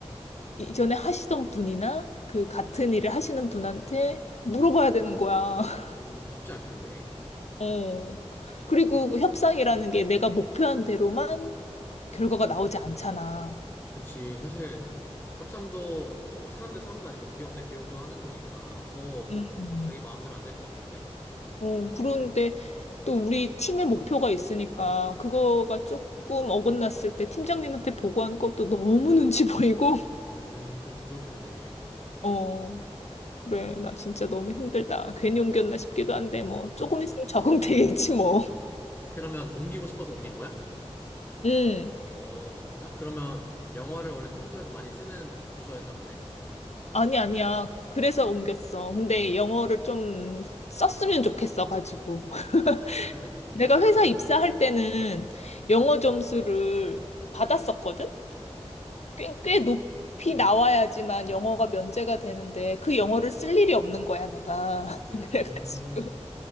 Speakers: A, on the left; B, on the left.
A: 이전에 하시던 분이나 그 같은 일을 하시는 분한테 물어봐야 되는 거야. <laughs>
B: 음, 쉽지 않겠네.
A: 어. 그리고 그 협상이라는 게 내가 목표한 대로만 결과가 나오지 않잖아.
B: 그치, 사실 협상도 뭐 사람 대 사람도 아니고 기업 대 기업으로 하는 거니까 더
A: 음.
B: 자기 마음대로 안 될 것 같은데?
A: 어, 그런데 또 우리 팀의 목표가 있으니까 그거가 조금 어긋났을 때 팀장님한테 보고하는 것도 너무 눈치 <laughs> 보이고,
B: 음, 그, 그렇겠네.
A: 어, 그래, 나 진짜 너무 힘들다. 괜히 옮겼나 싶기도 한데, 뭐, 조금 있으면 적응되겠지, 뭐.
B: 어, 그러면 옮기고 싶어서 옮긴 거야?
A: <laughs> 음,
B: 어, 진짜? 그러면 영어를 원래 평소에도 많이 쓰는 부서였나 보네?
A: 아니, 아니야. 그래서 옮겼어. 근데 영어를 좀 썼으면 좋겠어 가지고. <laughs>
B: 아, 그러면
A: 내가
B: 영어
A: 회사
B: 실,
A: 입사할
B: 음,
A: 때는 영어 점수를 받았었거든?
B: 음,
A: 꽤, 꽤 높이 나와야지만 영어가 면제가 되는데 그 영어를 쓸 일이 없는 거야, 내가.
B: 음.
A: <laughs> 그래가지고.
B: 음.